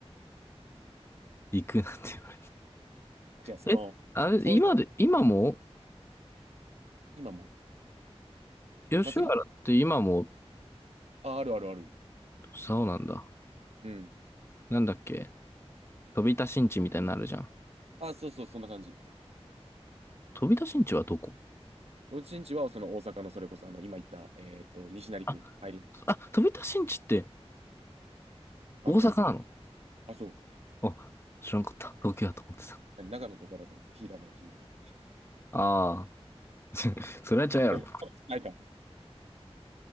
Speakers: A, on the left; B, on the right.
A: ー、行くなんて言わ
B: <laughs> 違うその、
A: れて。え、あれ、
B: そうい、
A: 今で、今も、
B: 今も
A: 吉原って今も、
B: 祭りあ、あるあるある。
A: そうなんだ。
B: うん。
A: なんだっけ飛田新地みたいになるじゃん。
B: あ、そうそう、そんな感じ。
A: 飛田新地はどこ
B: うちんちは、その大阪のそれこそ、あの、今言った、えっと、西成区、
A: あ、
B: 愛林区、
A: あ、飛田新地って
B: あの辺。
A: 大阪なの
B: あ、そ
A: あ、知らんかった。東京やと思ってた。
B: う。長野とかだと思ってた、飛騨の日みたい
A: ああ、<laughs> それは違うやろ。
B: な。<laughs> ないか。